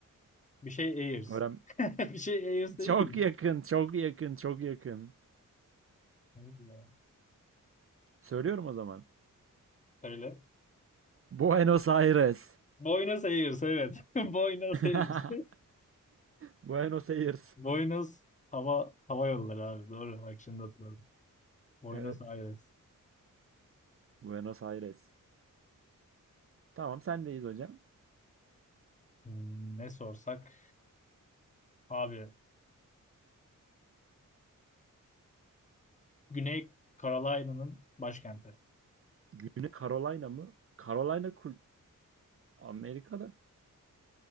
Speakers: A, on the left; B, on the right.
A: Bir şey Airs.
B: Öğren...
A: <laughs> Bir şey Airs değil
B: Çok
A: miydi?
B: yakın, çok yakın, çok yakın.
A: Neydi ya?
B: Söylüyorum o zaman.
A: Söyle.
B: Buenos Aires.
A: Buenos Aires evet. <laughs> Buenos
B: <laughs>
A: Aires.
B: Buenos Aires.
A: Buenos hava hava yolları abi. Doğru. Bak şimdi hatırladım. Buenos
B: Evet.
A: Aires.
B: Buenos Aires. Tamam sendeyiz hocam.
A: Hmm, Ne sorsak abi. Güney Carolina'nın başkenti.
B: Güney Carolina mı? Carolina kul- Amerika'da.